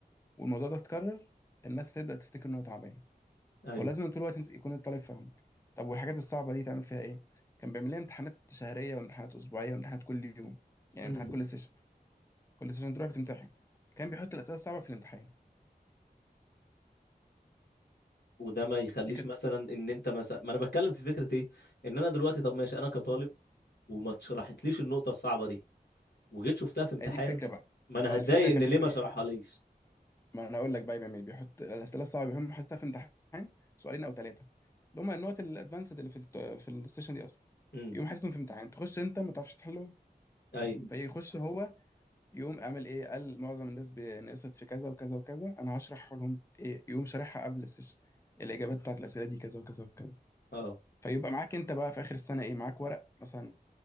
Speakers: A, on the left; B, on the left.
A: والموضوع ده اتكرر الناس تبدأ تفتكر انه تعبان
B: ايوه
A: فلازم طول الوقت يكون الطالب فاهمك طب والحاجات الصعبه دي تعمل فيها ايه كان بيعمل لنا امتحانات شهريه وامتحانات اسبوعيه وامتحانات كل يوم يعني
B: مم.
A: امتحانات كل سيشن كل سنه تروح بتمتحن كان بيحط الاسئله الصعبه في الامتحان
B: وده ما يخليش
A: دي كانت
B: مثلا ان انت مثلا ما انا بتكلم في فكره ايه ان انا دلوقتي طب ماشي انا كطالب وما اتشرحتليش النقطه الصعبه دي وجيت شفتها في امتحان
A: هي دي الفكره بقى
B: ما انا
A: ما هي
B: هتضايق
A: الفكره كان
B: ان ليه
A: بيعمل
B: ما
A: ايه
B: شرحها ليش
A: ما انا اقول لك بقى بيعمل ايه بيحط الاسئله الصعبه بيهم حاططها في امتحان سؤالين او ثلاثه اللي هم النقط الادفانسد اللي في الت- في السيشن دي اصلا
B: امم
A: يقوم حاططهم في امتحان تخش انت ما تعرفش تحله
B: ايوه
A: فيخش هو يقوم عامل ايه قال معظم الناس بي- نقصت في كذا وكذا وكذا انا هشرح لهم ايه يقوم شارحها قبل السيشن الاجابات بتاعت الاسئله دي كذا وكذا وكذا
B: اه
A: فيبقى معاك انت بقى في اخر السنه ايه معاك ورق مثلا